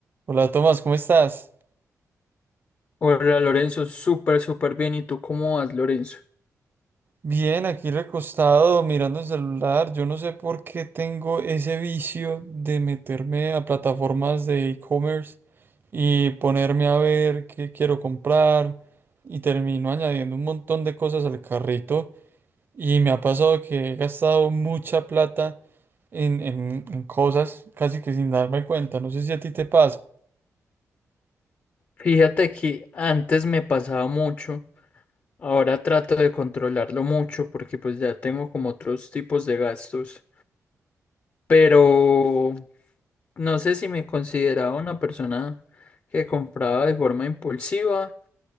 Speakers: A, on the right; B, on the left.
A: Hola Tomás, ¿cómo estás?
B: Hola Lorenzo, súper, súper bien. ¿Y tú cómo vas, Lorenzo?
A: Bien, aquí recostado mirando el celular. Yo no sé por qué tengo ese vicio de meterme a plataformas de e-commerce y ponerme a ver qué quiero comprar y termino añadiendo un montón de cosas al carrito y me ha pasado que he gastado mucha plata en, en- en cosas casi que sin darme cuenta. No sé si a ti te pasa.
B: Fíjate que antes me pasaba mucho, ahora trato de controlarlo mucho porque pues ya tengo como otros tipos de gastos, pero no sé si me consideraba una persona que compraba de forma impulsiva